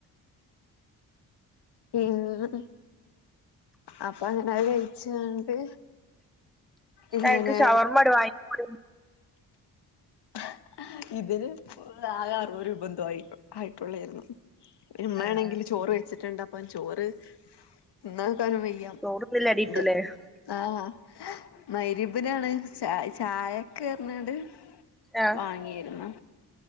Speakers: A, on the left (about 60°); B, in the centre.
A: പിന്നെ അപ്പഅങ്ങനെത് കഴ്‌ച്ചാണ്ട് എങ്ങനെ?
B: എനിക്ക് ഷവർമ്മട് വാങ്ങിക്കൂടെ
A: ഹ ഇതിൽ ആകെ അറുപതു രൂപ എന്തോ ആയിട്ടുള്ളായിരുന്നു മ്മേണെങ്കില്
B: ആഹ് ആഹ്
A: ചോറ് വെച്ചിട്ടുണ്ട് അപ്പൊ ചോറ് തിന്നക്കാനും വയ്യ യ്യ
B: ചോറ്ന്നില്ലടി
A: ഉണ്ട്
B: ഇട്ടൂലേ
A: ആഹ് മയ്രിബിനാണ് ച ചായൊക്ക് ന്ന് റിഞ്ഞാ ണ്ട്
B: ആഹ
A: വാങ്ങിയിരുന്നു